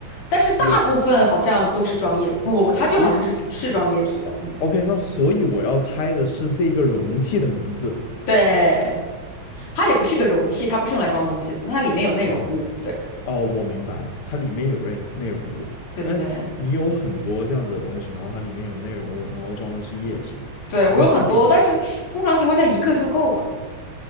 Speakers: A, on the left (about 80°); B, on the left (about 55°).
A: 但是大部分好像都是装液，
B: 有，
A: 不不不，它就好像是是装液体的，
B: 所以
A: 嗯，
B: OK，那所以我要猜的是这个容器的名字。
A: 对，它也不是个容器，它不是用来装东西的，它里面有内容物，
B: 啊，哦，
A: 对
B: 哦我明白了，它里面有内内容物，
A: 对对对，
B: 但是你有很多这样子的东西，然后它里面有内容物，然后装的是液体，
A: 对我有很多，
B: 不是笔，
A: 但是通常情况下一个就够了，